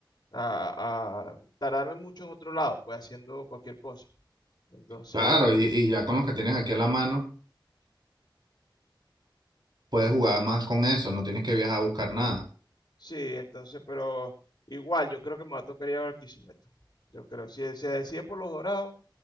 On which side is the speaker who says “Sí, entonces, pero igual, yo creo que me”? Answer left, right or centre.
Left